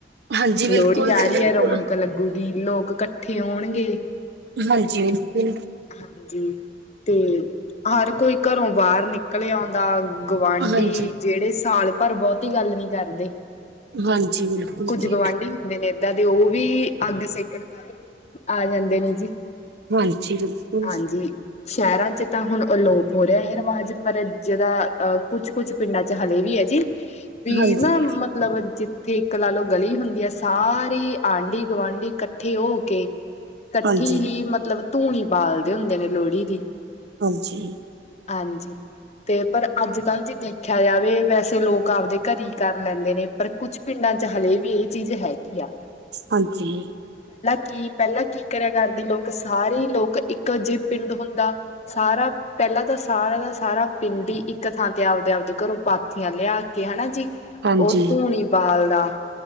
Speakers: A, on the right (about 65°); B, on the left (about 40°).
A: ਹਾਂਜੀ
B: ਲੋਹੜੀ
A: ਬਿਲਕੁਲ ਜੀ
B: ਆ ਰੀ ਐ
A: ਬਿਲਕੁਲ
B: ਰੌਣਕ ਲੱਗੂਗੀ ਲੋਕ ਇਕੱਠੇ ਹੋਣਗੇ।
A: ਹਾਂਜੀ ਬਿਲਕੁਲ।
B: ਹਾਂਜੀ ਤੇ ਹਰ ਕੋਈ ਘਰੋਂ ਬਾਹਰ ਨਿਕਲੇ ਆਉਂਦਾ। ਗੁਵਾਢੀ
A: ਹਾਂਜੀ
B: ਜਿਹੜੇ ਸਾਲ ਭਰ ਬਹੁਤੀ ਗੱਲ ਨੀ ਕਰਦੇ।
A: ਹਾਂਜੀ ਬਿਲਕੁਲ
B: ਕੁੱਝ
A: ਜੀ
B: ਗੁਆਂਢੀ ਹੁੰਦੇ ਨੇ ਜਾਂਦੇ ਉਹ ਵੀ ਅੱਗ ਸੇਕਣ ਵਾਰੇ ਆ ਜਾਂਦੇ ਨੇ ਜੀ।
A: ਹਾਂਜੀ ਬਿਲਕੁਲ।
B: ਹਾਂਜੀ ਸ਼ਹਿਰਾਂ ਚ ਤਾਂ ਹੁਣ ਅਲੋਪ ਹੋ ਰਿਹਾ ਇਹ ਰਿਵਾਜ਼ ਪਰ ਜ਼ਰਾ ਅ ਕੁਛ-ਕੁਛ ਪਿੰਡਾਂ ਚ ਹਲੇ ਵੀ ਐ ਜੀ। ਵੀ
A: ਹਾਂਜੀ
B: ਨਾ ਮਤਲਬ ਜਿੱਥੇ ਇੱਕ ਲਾ ਲੋ ਗਲੀ ਹੁੰਦੀ ਆ ਸਾ ਰੀ‌ ਆਂਢੀ ਗੁਵਾਂਢੀ ਇਕੱਠੇ ਹੋ ਕੇ ਇਕੱਠੀ
A: ਹਾਂਜੀ
B: ਹੀ ਮਤਲਬ ਧੂਣੀ ਬਾਲਦੇ ਹੁੰਦੇ ਨੇ ਲੋਹੜੀ ਦੀ।
A: ਹਾਂਜੀ
B: ਹਾਂਜੀ ਤੇ ਪਰ ਅੱਜ ਕੱਲ੍ਹ ਜੇ ਦੇਖਿਆ ਜਾਵੇ ਵੈਸੇ ਲੋਕ ਆਪਦੇ ਘਰਈ ਕਰ ਲੈਂਦੇ ਨੇ ਪਰ ਕੁੱਝ ਪਿੰਡਾਂ ਚ ਹਲੇ ਵੀ ਇਹ ਚੀਜ਼ ਹੈਗੀ ਆ।
A: ਹਾਂਜੀ
B: ਕਿ ਪਹਿਲਾਂ ਕੀ ਕਰਿਆ ਕਰਦੇ ਲੋਕ ਸਾਰੇਈ ਲੋਕ ਇੱਕ ਜੇ ਪਿੰਡ ਹੁੰਦਾ ਸਾਰਾ ਪਹਿਲਾਂ ਤਾਂ ਸਾਰਾ ਦਾ ਸਾਰਾ ਪਿੰਡ ਈ ਇੱਕ ਥਾਂ ਤੇ ਆਪਦਾ ਤੇ ਆਪਦੇ ਘਰੋਂ ਪਾਥੀਆਂ ਲਿਆ ਕੇ ਹਨਾ ਜੀ।
A: ਹਾਂਜੀ
B: ਉਹ ਧੂੰਣੀ ਬਾਲਦਾ,